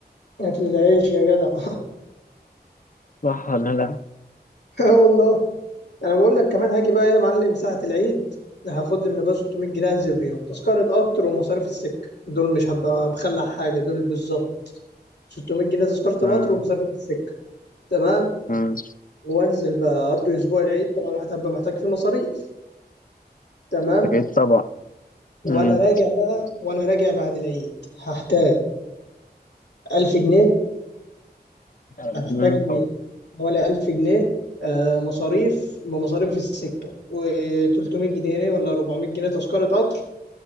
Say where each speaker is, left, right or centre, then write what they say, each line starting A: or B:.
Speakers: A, on the left; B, on the left.
A: أكل العيش يا جدع
B: صح ولا لا
A: <laughs> اه والله انا بقول لك كمان هاجي بقى ايه يا معلم ساعة العيد هاخد لي من ابويا 600 جنيه انزل بيهم تذكرة قطر ومصاريف السكة دول مش هبقى مخلع حاجة دول بالظبط 600 جنيه تذكرة القطر
B: آه.
A: ومصاريف السكة تمام
B: آه.
A: وانزل بقى اقضي اسبوع العيد طبعا الواحد هبقى محتاج فيه مصاريف تمام
B: أكيد طبعا
A: وانا
B: مم.
A: راجع بقى وانا راجع بعد العيد هحتاج 1000 جنيه
B: مم.
A: هحتاج لي حوالي 1000 جنيه آه، مصاريف بمصاريف السكة و300 جنيه ولا 400 جنيه تذكرة قطر